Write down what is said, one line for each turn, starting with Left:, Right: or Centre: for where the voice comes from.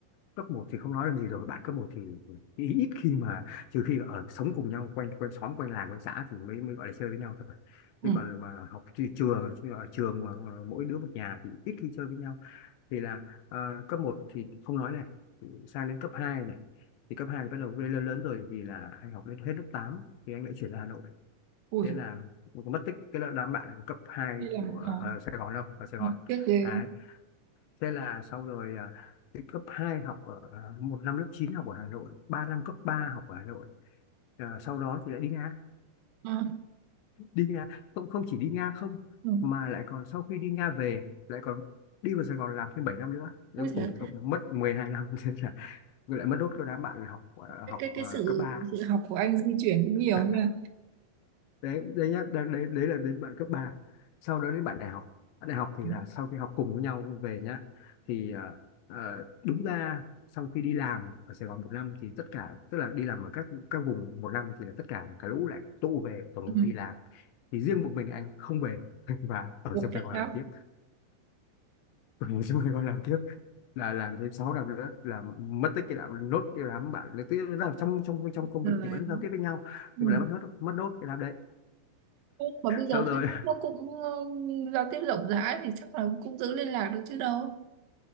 Left: cấp một thì không nói làm gì rồi bạn cấp một thì thì ít khi mà trừ khi ở sống cùng nhau quanh quanh xóm quanh làng quanh xã thì mới mới gọi là chơi với nhau thôi
Right: ừ.
Left: chứ còn mà học tri- trường chứ ở trường mà mỗi đứa một nhà thì ít khi chơi với nhau thì là ờ, cấp một thì không nói này sang đến cấp 2 này thì cấp 2 thì bắt đầu lên lớn lớn rồi thì là anh học lên hết lớp 8 thì anh lại chuyển ra Hà Nội
Right: ui
Left: thế là mình cũng mất tích cái lớp đám bạn cấp 2
Right: đi làm
Left: của
Right: khó
Left: ở Sài Gòn đâu ở Sài
Right: nó
Left: Gòn
Right: tiếc ghê
Left: đấy thế là sau rồi à, cái cấp 2 học ở à, một năm lớp 9 học ở Hà Nội ba năm cấp 3 học ở Hà Nội À, sau đó thì lại đi Nga
Right: à,
Left: đi Nga không không chỉ đi Nga không
Right: ừ.
Left: mà lại còn sau khi đi Nga về lại còn đi vào Sài Gòn làm thêm 7 năm nữa Đấy,
Right: ui
Left: cuối
Right: giời.
Left: cùng tổng mất mười hai năm <laughs> thế là lại mất đốt cho đám bạn học ờ, học
Right: cái cái
Left: ờ,
Right: cái sự
Left: cấp ba
Right: sự học của anh di chuyển cũng nhiều
Left: <laughs>
Right: nha
Left: đấy đấy nhá đấy, đấy, đấy là đến bạn cấp ba sau đó đến bạn đại học bạn đại học thì
Right: ừ.
Left: là sau khi học cùng với nhau về nhá thì ờ, ờ, đúng ra sau khi đi làm ở Sài Gòn một năm thì tất cả tức là đi làm ở các các vùng một năm thì là tất cả cả lũ lại tụ về tổng
Right: Ừ.
Left: công ty làm thì riêng một mình anh không về <laughs> và ở
Right: Ủa,
Left: trong Sài
Right: tại
Left: Gòn
Right: sao
Left: làm tiếp ở trong Sài Gòn làm tiếp là làm thêm 6 năm nữa là mất tích cái đám nốt cái đám bạn tức là trong trong trong công
Right: rồi
Left: việc thì vẫn giao tiếp với nhau
Right: ừ.
Left: nhưng mà lại mất nốt mất nốt cái đám đấy
Right: Thế mà bây giờ
Left: sau
Right: Facebook
Left: rồi
Right: nó cũng ừ, giao tiếp rộng rãi thì chắc là cũng giữ liên lạc được chứ đâu